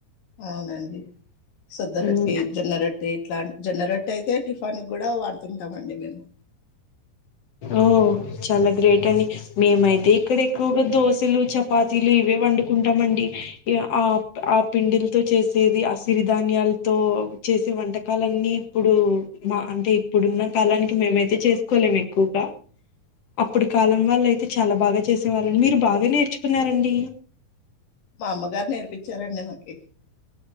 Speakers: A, on the left; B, on the left.
A: అవునడి సద్దరెట్టి
B: ఉమ్,
A: జొన్న రెట్టి అే ఇట్లా జన్నరెట్ అయితే టిఫాన్ కూడా వాడుతుంటాం అండి మేము
B: ఓ చాలా గ్రేట్ అండి మేమైతే ఇక్కడ ఎక్కువగా దోశలు చపాతీలు ఇవే వండుకుంటామ అండి ఆ ఆ పిండిలతో చేసేది ఆ సిరిధాన్యాలతో చేసే వంటకాలన్నీ ఇప్పుడు మా అంటే ఇప్పుడున్న కాలానికి మేమైతే చేసుకోలేము ఎక్కువగా అప్పుడు కాలం వాళ్ళు అయితే చాలా బాగా చేసే వాళ్ళం మీరు బాగా నేర్చుకున్నారండి
A: మా అమ్మగారు నేర్పించారండి మనకి